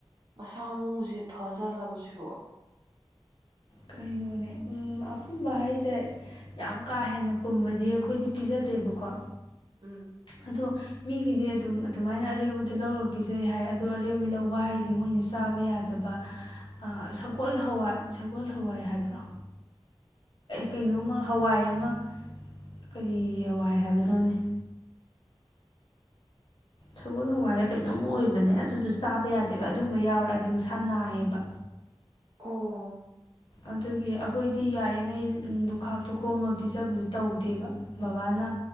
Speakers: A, on the right (about 60°); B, on the left (about 70°).
A: ꯃꯁꯥ ꯃꯎꯁ‌ꯦ ꯐꯖꯜꯂꯕꯁꯤꯕꯨꯣ
B: ꯀꯩꯅꯣꯅꯦ ꯎꯝ ꯑꯄꯨꯝꯕ ꯍꯥꯏꯁꯦ ꯌꯥꯝ ꯀꯥ ꯍꯦꯟꯅ ꯄꯨꯝꯕꯗꯤ ꯑꯩꯈꯣꯏꯗꯤ ꯄꯤꯖꯗꯦꯕꯀꯣ
A: ꯎꯝ
B: ꯑꯗꯣ ꯃꯤꯒꯤꯗꯤ ꯑꯗꯨꯝ ꯑꯗꯨꯃꯥꯏꯅ ꯑꯔꯦꯝꯕꯗꯣ ꯂꯧꯔꯒ ꯄꯤꯖꯩ ꯍꯥꯏ ꯑꯗꯣ ꯑꯔꯦꯝꯕ ꯂꯧꯕ ꯍꯥꯏꯁꯦ ꯃꯣꯏꯅ ꯆꯥꯕ ꯌꯥꯗꯕ
A: <inaudible>
B: ꯁꯒꯣꯜ ꯍꯋꯥꯏ ꯁꯒꯣꯜ ꯍꯋꯥꯏ ꯍꯥꯏꯕ꯭ꯔꯣ ꯀꯩꯅꯣꯝꯃ ꯍꯋꯥꯏ ꯑꯃ ꯀꯔꯤ ꯍꯋꯥꯏ ꯍꯥꯏꯒꯅꯣꯅꯦ ꯁꯒꯣꯜ ꯍꯋꯥꯏꯔ ꯀꯩꯅꯣꯝ ꯑꯣꯏꯕꯅꯦ ꯑꯗꯨꯗꯨ ꯆꯥꯕ ꯌꯥꯗꯦꯕ ꯑꯗꯨꯝꯕ ꯌꯥꯎꯔꯛꯑꯗꯤ ꯃꯁꯥ ꯅꯥꯏꯌꯦꯕ
A: ꯑꯣ
B: ꯑꯗꯨꯒꯤ ꯑꯩꯈꯣꯏꯗꯤ ꯌꯥꯔꯤꯉꯩ ꯗꯨꯈꯥꯛꯇꯨ ꯈꯣꯝ ꯑꯃ ꯄꯤꯖꯕꯗꯨ ꯇꯧꯗꯦꯕ ꯕꯕꯥꯅ